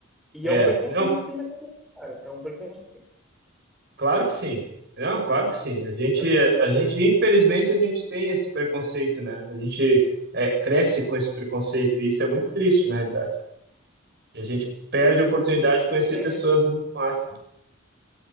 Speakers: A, in the centre; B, on the right.
A: E
B: É,
A: é um preconceito
B: não,
A: que tem na cabeça, cara. É um preconceito.
B: Claro que sim. Não, claro que sim. A gente,
A: É,
B: a gente, infelizmente, a gente tem esse preconceito, né? A gente é, cresce com esse preconceito e isso é muito triste, na realidade. E a gente perde a oportunidade de conhecer
A: é,
B: pessoas muito massas.